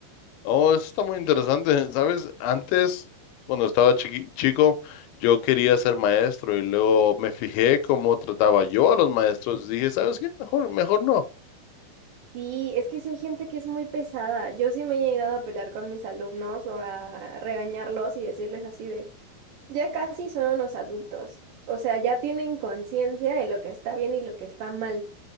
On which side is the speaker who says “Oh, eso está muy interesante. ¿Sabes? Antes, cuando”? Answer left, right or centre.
Left